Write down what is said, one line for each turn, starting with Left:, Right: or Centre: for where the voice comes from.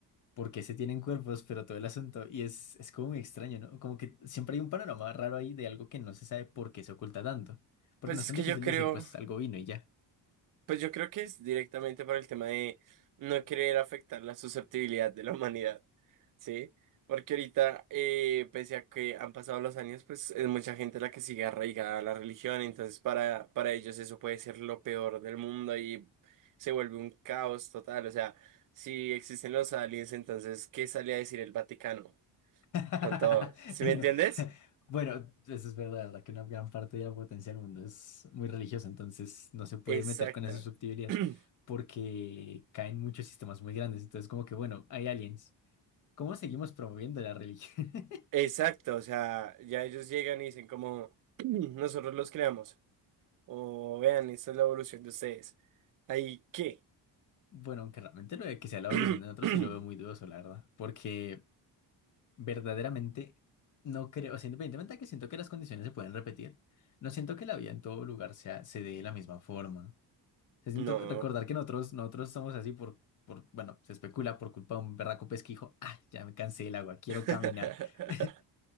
Left: porque se tienen cuerpos, pero todo el asunto. Y es, es como muy extraño, ¿no? Como que siempre hay un panorama raro ahí de algo que no se sabe por qué se oculta tanto. Porque
Right: Pues
Left: no es
Right: es
Left: tan
Right: que
Left: difícil
Right: yo creo,
Left: decir, pues algo vino y ya.
Right: pues yo creo que es directamente por el tema de no querer afectar la susceptibilidad de la <laughs> humanidad, ¿sí? Porque ahorita, eh, pese a que han pasado los años, pues es mucha gente la que sigue arraigada a la religión, entonces para, para ellos eso puede ser lo peor del mundo y se vuelve un caos total, o sea, si existen los aliens, entonces, ¿qué sale a decir el Vaticano
Left: <laughs>
Right: con todos? ¿Sí me entiendes?
Left: No. Bueno, eso es verdad, verdad que una gran parte de la potencia del mundo es muy religiosa, entonces no se puede
Right: Exacta.
Left: meter con esa susceptibilidad
Right: <clears throat>
Left: porque caen muchos sistemas muy grandes. Entonces, como que bueno, hay aliens. ¿Cómo seguimos promoviendo la religión? <laughs>
Right: Exacto, o sea, ya ellos llegan y dicen como <clears throat> nosotros los creamos, o vean, esta es la evolución de ustedes. ¿Ahí qué?
Left: Bueno, aunque realmente lo de que sea la evolución
Right: <clears throat>
Left: de nosotros sí lo veo muy dudoso, la verdad. Porque verdaderamente no creo, o sea, independientemente de que siento que las condiciones se pueden repetir, no siento que la vida en todo lugar sea, se dé de la misma forma. ¿no? O sea, siento
Right: No.
Left: que- recordar que nosotros, nosotros somos así por, por, bueno, se especula por culpa de un berraco pesquijo. Ah, ya me cansé del agua, quiero
Right: <laughs>
Left: caminar. <laughs>